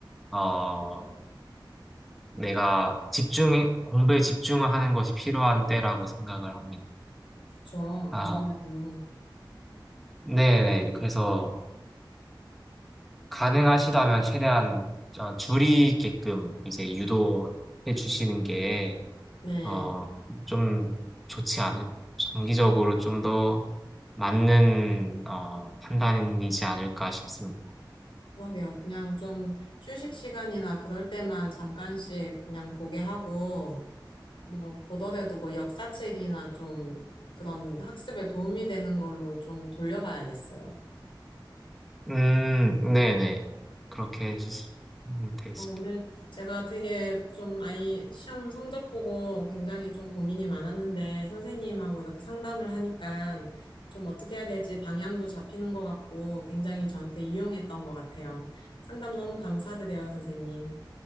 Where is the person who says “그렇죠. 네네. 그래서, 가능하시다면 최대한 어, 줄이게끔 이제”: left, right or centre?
Centre